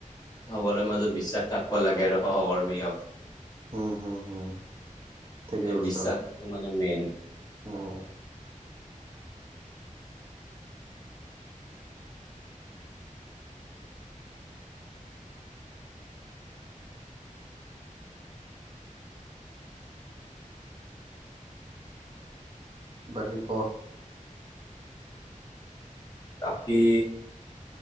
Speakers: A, on the left (about 30°); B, on the right (about 40°).
A: চবৰে মাজত বিশ্বাস থাকিব লাগে আৰু সহকৰ্মী হওক।
B: হুম হুম হুম ঠিকে
A: এ
B: কৈছ
A: বিশ্বাসটো মানে মেইন।
B: উম বাকী ক।
A: বাকী।